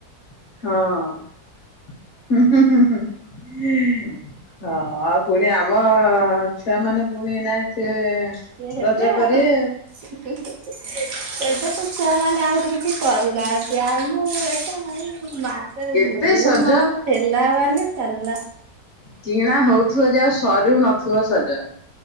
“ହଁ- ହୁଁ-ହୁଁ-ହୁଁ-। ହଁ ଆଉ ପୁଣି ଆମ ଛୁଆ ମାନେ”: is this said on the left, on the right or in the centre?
Left